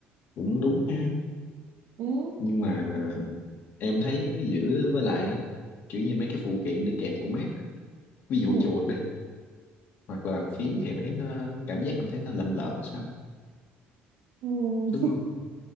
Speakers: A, on the left (about 55°); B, on the right (about 55°).
A: cũng đúng ha
B: Ừ.
A: nhưng mà em thấy ví dụ với lại á kiểu như mấy cái phụ kiện đi kèm của Mac á ví dụ
B: Ừ.
A: chuột đi hoặc là bàn phím thì em thấy nó cảm giác em thấy nó lầm lỡm sao
B: Ừ.
A: đúng không